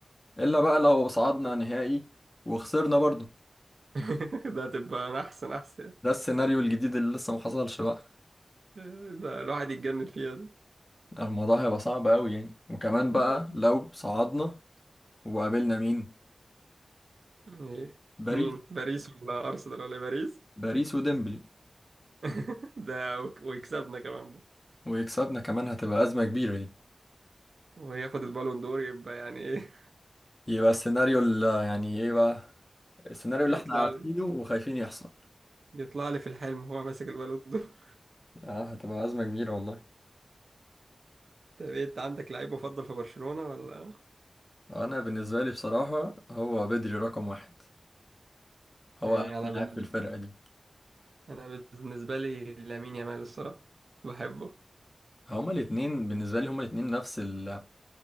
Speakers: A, on the left; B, on the right.
A: الا بقى لو صعدنا نهائي وخسرنا برضو
B: <laughs> ده هتبقى أنا احسن احسن
A: ده السيناريو الجديد اللي لسه ما حصلش بقى
B: آه، ده الواحد يتجنن فيها دي
A: الموضوع هيبقى صعب قوي يعني وكمان
B: <laughs>
A: بقى لو صعدنا وقابلنا مين
B: ايه
A: باريس
B: مين باريس ولا ارسنال ولا باريس
A: باريس وديمبلي
B: <laughs> ده وك- ويكسبنا كمان بقى
A: ويكسبنا كمان هتبقى أزمة كبيرة دي
B: وياخد البالون دور يبقى يعني ايه
A: يبقى السيناريو اللي يعني ايه بقى السيناريو اللي
B: <laughs> يطلع
A: احنا عارفينه
B: لي
A: وخايفين يحصل
B: يطلع لي في الحلم هو ماسك البالون دور
A: اه هتبقى أزمة كبيرة والله
B: <laughs> طب إيه، انت عندك لعيب مفضل في برشلونة ولا
A: أنا بالنسبة لي بصراحة هو بدري رقم واحد
B: مم،
A: هو أهم
B: انا
A: لاعب
B: بالنسبة
A: في الفرقة دي
B: انا بالنسبة لي لامين يامال الصراحة بحبه
A: هما الاتنين بالنسبة لي هما الاتنين نفس ال